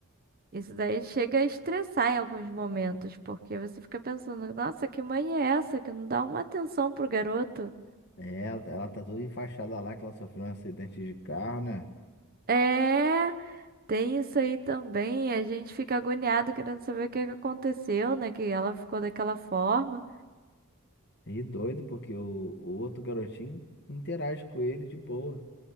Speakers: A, on the right; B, on the left.
A: Isso daí chega a estressar em alguns momentos, porque você fica pensando, nossa, que mãe é essa que não dá uma atenção pro garoto?
B: é, ela tá toda enfaixada lá, que ela sofreu um acidente de carro, né?
A: É, tem isso aí também. A gente fica agoniado querendo saber o que que aconteceu, né? Que ela ficou daquela forma.
B: E doido, porque o, o outro garotinho interage com ele de boa.